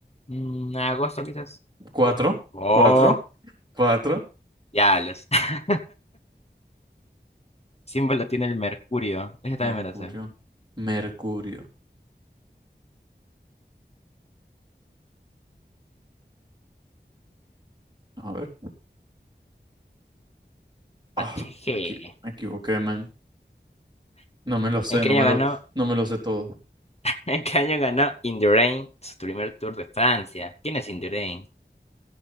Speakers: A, on the left (about 35°); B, on the right (about 25°).
A: Mm, agosto quizás.
B: Cuatro,
A: Oh,
B: cuatro, cuatro.
A: ya los <laughs> símbolo tiene el mercurio. Ese también
B: Mercurio.
A: me lo sé.
B: Mercurio. A ver. Ah,
A: HG.
B: me equivo- me equivoqué, man. No me lo sé,
A: ¿En qué
B: no
A: año
B: me lo,
A: ganó?
B: no me lo sé todo.
A: <laughs> ¿En qué año ganó In the Rain su primer Tour de Francia? ¿Quién es In the Rain?